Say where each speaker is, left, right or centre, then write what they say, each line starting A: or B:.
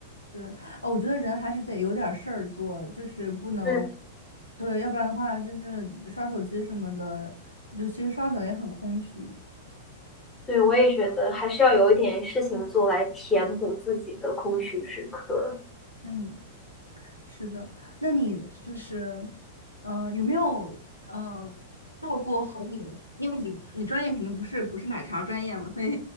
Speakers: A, on the left; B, on the left.
A: 对，啊，我觉得人还是得有点儿事儿做，就是不能，
B: 嗯。
A: 对，要不然的话就是刷手机什么的，就其实刷久了也很空虚。
B: 对，我也觉得还是要有一点事情做来填补自己的空虚时刻。
A: 嗯，是的，那你就是，呃，有没有呃做过和你，因为你你专业肯定不是不是奶茶专业嘛，所以